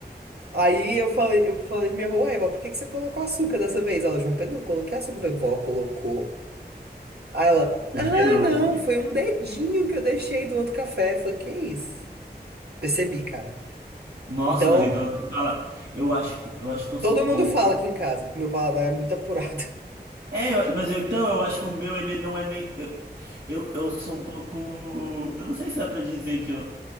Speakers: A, on the right (about 70°); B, on the right (about 85°).
A: Aí eu falei, eu falei pra minha avó, uai, vó, por que que você colocou açúcar dessa vez? Ela, João Pedro, não coloquei açúcar. Eu falei, vó, colocou. Aí ela, ah,
B: Pedro, não
A: não,
B: consegui.
A: foi um dedinho que eu deixei do outro café. Eu falei, que é isso? Percebi, cara.
B: Nossa,
A: Então,
B: mas então eu tô falando. Eu acho que eu acho que eu sou
A: todo
B: um
A: mundo
B: pouco.
A: fala aqui em casa que meu paladar é muito apurado. <laughs>
B: É, eu- mas eu, então eu acho que o meu ele não é nem eu, eu, eu sou um pouco. Eu não sei se dá pra dizer que eu,